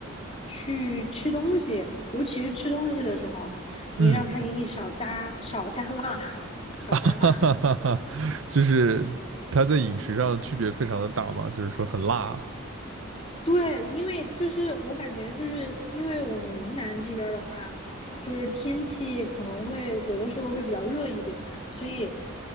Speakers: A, on the left; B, on the right.
A: 去吃东西，尤其是吃东西的时候，你让他给你少加少加辣，
B: 嗯。
A: <laughs> 少加辣。
B: <laughs> 哈哈哈哈，就是它在饮食上区别非常的大嘛，就是说很辣啊
A: 对，因为就是我感觉就是因为我们云南这边儿的话，就是天气可能会有的时候会比较热一点啊，所以